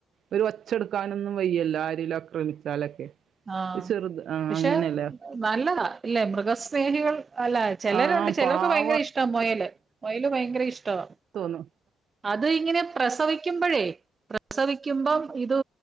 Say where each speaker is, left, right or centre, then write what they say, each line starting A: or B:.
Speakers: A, on the right (about 65°); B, on the right (about 35°).
A: ഒരു ഒച്ചെടുക്കാനൊന്നും വയ്യല്ലോ ആരെലും അക്രമിച്ചാലൊക്കെ
B: ആഹ്
A: ചെറുത് ആഹ്
B: പക്ഷെ
A: അങ്ങനെല്ലേ
B: നല്ലതാ ഇല്ലെ മൃഗ സ്നേഹികൾ അല്ല ചെലരുണ്ട്
A: ആ
B: ചെലർക്ക്
A: പാവം
B: ഭയങ്കര ഇഷ് ട്ടം മൊയല് മൊയല് ഭയങ്കര ഇഷ്ടവാ
A: തോന്നു
B: അത് ഇങ്ങനെ പ്രസവിക്കുമ്പഴേ പ്രസവിക്കുമ്പം ഇത്